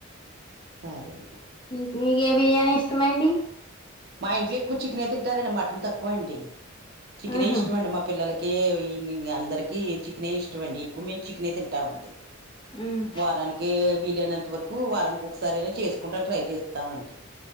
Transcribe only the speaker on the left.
ఇంక మీక ఏ బిర్యానీ ఇష్టమండి
మ్హూ
మ్మ్